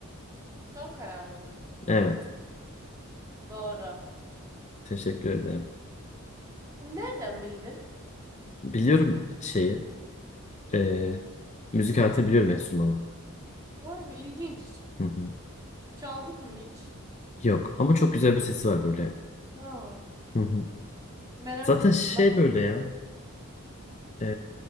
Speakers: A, on the right; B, on the left.
A: Son kararın mı?
B: Evet.
A: Doğru.
B: Teşekkür ederim.
A: Nereden bildin?
B: Biliyorum şeyi. e, müzik aletini biliyorum enstrümanı.
A: Vay be ilginç.
B: Hı hı.
A: Çaldın mı hiç?
B: Yok ama çok güzel bir sesi var böyle.
A: Ya
B: Hı hı.
A: merak
B: Zaten
A: ettim
B: şey
A: bak.
B: böyle ya. e,